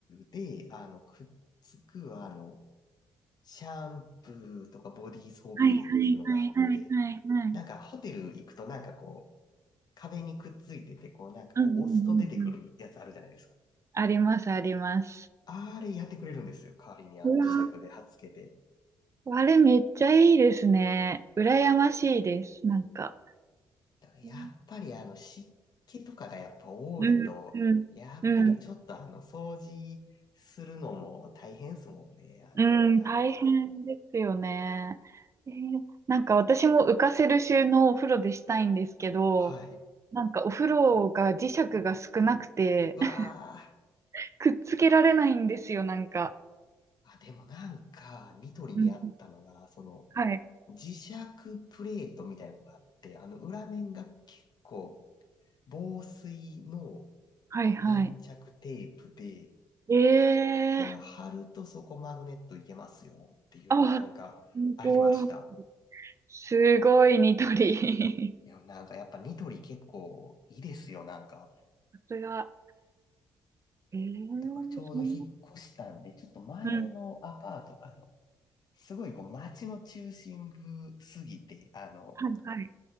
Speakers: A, on the left; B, on the right.
A: で、あの、くっつくあの、シャンプーとかボディーソープ入れっていうのがあって、
B: はいはいはいはいはいはい。
A: なんかホテル行くとなんかこう、壁にくっついてて、こうなんかこう押すと出てくるやつあるじゃないですか。
B: うんうんうんうん。ありますあります。
A: あれやってくれるんですよ。代わりにあの磁石で貼っつけて。
B: うわーあれめっちゃいいですね。羨ましいです。なんか。
A: だからやっぱりあの湿気とかがやっぱ多いと、
B: うんうんうん。
A: やっぱりちょっとあの掃除するのも大変ですもんね。
B: うん
A: あの裏とか。
B: うん、大変ですよね。えーなんか私も浮かせる収納をお風呂でしたいんですけど、
A: はい。
B: なんかお風呂が磁石が少なくて、
A: うわー。
B: <laughs> くっつけられないんですよ、なんか。
A: あ、でもなんか、ニトリにあったのが、
B: うん
A: その、
B: はい、
A: 磁石プレートみたいなのがあって、あの裏面が結構防水の
B: はい、はい。
A: 粘着テープで、
B: ええー
A: それ貼るとそこマグネットいけますよっていうのはなんかありました。
B: あ、すごい。すごい、ニトリ。
A: いや、なんかやっぱニトリ結構いいですよ、なんか。
B: <laughs> さすが。ええーそんな、
A: だからちょうど引っ越したんで、ちょっと前のアパートがあの、
B: うん、
A: すごいこう街の中心部すぎて、あの、
B: はい、はい、